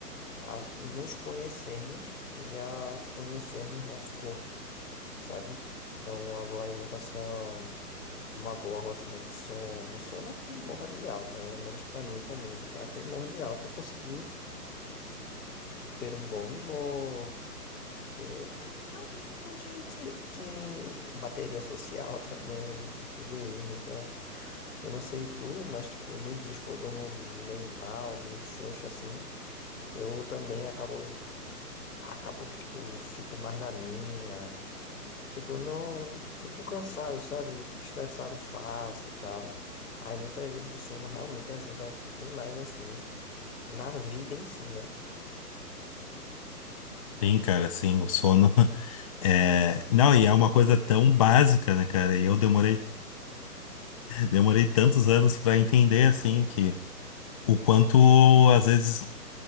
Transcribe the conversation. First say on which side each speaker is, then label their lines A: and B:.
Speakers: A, on the left; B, on the left.
A: a nos conhecermos e a conhecermos nosso corpo sabe? Então, uma boa alimentação, uma boa rotina de sono. Sono é primordial, pelo menos para mim também. É primordial para conseguir ter um bom humor, ter, ter, ter um mínimo de, de, de bateria social <laughs> também, de tudo isso. Então, eu não sei tu, mas tipo, nos dias que eu durmo meio mal, meio xoxo assim, eu também acabo. Acabo que, tipo, fico mais na minha, Tipo, não fico cansado, sabe? Fico estressado fácil e tal. Aí muitas vezes o sono realmente ajuda demais, assim, na vida em si, né?
B: sim cara sim o sono <laughs> É, não, e é uma coisa tão básica, né, cara? E eu demorei, demorei tantos anos pra entender, assim, que o quanto, às vezes,